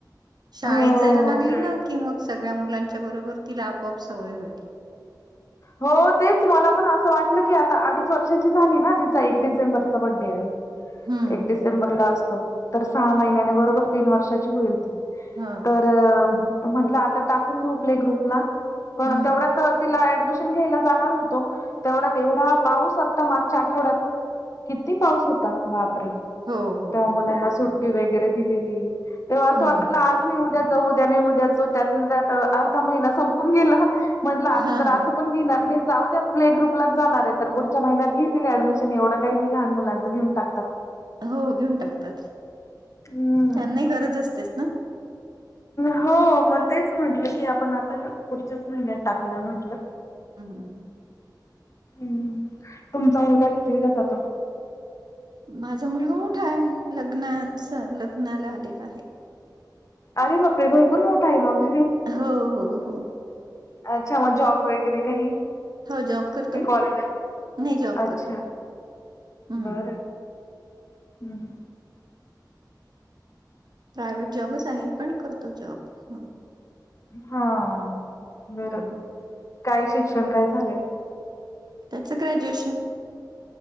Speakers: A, on the right; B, on the left.
A: शाळेत
B: हो
A: जायला लागली ना कि मग सगळ्या मुलांच्या बरोबर तिला आपआप सवय होईल
B: हो तेच मला पण असं वाटलं की आता अडीच वर्षाची झाली ना तिचा एक डिसेंबरचा बड्डे आहे
A: हं,
B: एक डिसेंबरला असतो तर सहा महिन्याने बरोबर तीन वर्षाची होईल
A: हां,
B: तर म्हंटलं आता टाकून घेऊ आप्ले ग्रुपला पण
A: हं.
B: तेवढ्यात तिला ऍडमिशन घ जाणार होत तेवढ्या तेवढा पाऊस आता मागच्या आठवड्यात किती पाऊस होता बापरे
A: हो, हो,
B: तेव्हा
A: हो.
B: मुलांना सुट्टी वगैरे दिलेली तेव्हा असं
A: हं.
B: वाटलं आज नाही उद्या जाऊ उद्या नाही उद्या जाऊ त्यात त्या अर्धा महिना संपून गेला म्हट आता
A: हां, हां.
B: ण घेणार नाही जाऊ त्या प्ले ग्रुपलाच जाणार आहे तर पुढच्या महिन्यात घेतील डमिशन एवढं का नाही लहान मुलां घेन टाकतात
A: हो घेऊन टाकतात
B: हम्म
A: त्यांनाही गरज असतेच ना
B: हो मग तेच म्हटलं की आपण आता ना पुढच्याच महिन्यात टाकूला म्हंटलं
A: हम हमम
B: हम्म तुमचा मुलगा किती दिला जातो
A: माझा मुलगा मोठा आहे लग्नाच लग्नाला आलेला आहे
B: अरे बापरे भरपूर मोठा आहे मग
A: हो, हो, हो.
B: अच्छा मग जॉब वगैरे काही
A: हो, जॉब करतो ना.
B: कॉलेज
A: नाही जॉब
B: अच्छा
A: करतो. हं.
B: बर हम्
A: प्रायव्हेट जॉबच आहे पण करतो जॉब ह
B: हा बर
A: हं.
B: काय शिक्षण काय झालंय
A: त्याचं ग्रॅज्युएशन